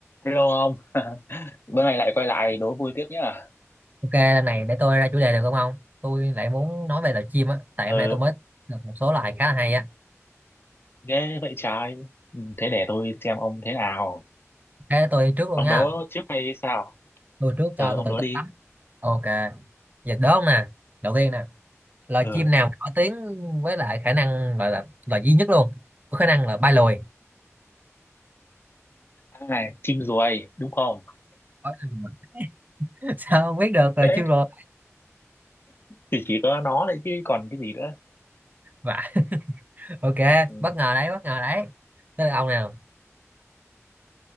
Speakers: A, on the left (about 45°); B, on the right (about 35°).
A: Hello ông, <laughs> bữa nay lại quay lại đố vui tiếp nhá.
B: Ok, lần này để tôi ra chủ đề được không ông? Tôi lại muốn nói về loài chim á, tại
A: Ờ,
B: hôm nay tôi mới được một số loài khá là hay á.
A: thế vậy trai, thế để tôi xem ông thế nào.
B: Thế tôi trước luôn
A: Ông
B: nha,
A: đố trước hay sao?
B: tôi trước
A: Ờ,
B: cho tôi
A: ông
B: tự
A: đố
B: tin
A: đi.
B: lắm. Ok, giờ đố ông nè, đầu tiên nè, loài
A: Ờ,
B: chim nào nổi tiếng với lại khả năng gọi là loài duy nhất luôn, có khả năng là bay lùi.
A: à, chim ruồi, đúng không?
B: Có khả năng mà- <laughs> Sao ông biết được loài
A: Thế
B: chim rồi?
A: thì chỉ có nó đấy chứ còn cái gì nữa.
B: Vả. <laughs> Ok,
A: Ừ,
B: bất ngờ đấy, bất ngờ đấy. Tới là ông nào?